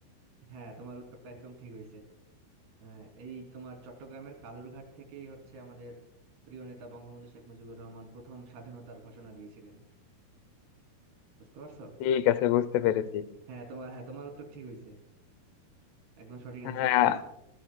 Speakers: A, on the right; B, on the left.
A: হ্যাঁ তোমার উত্তরটা একদম ঠিক হয়েছে হ্যাঁ এই তোমার চট্টগ্রামের কালুরঘাট থেকেই হচ্ছে আমাদের প্রিয় নেতা বঙ্গবন্ধু শেখ মুজিবুর রহমান প্রথম স্বাধীনতার ঘোষণা দিয়েছিলেন বুঝতে পারছো
B: ঠিক আছে বুঝতে
A: <laughs>
B: পেরেছি
A: হ্যাঁ তোমার হ্যাঁ তোমার উত্তর ঠিক হয়েছে একদম সঠিক অ্যান্সার
B: হ্যাঁ
A: দিয়েছো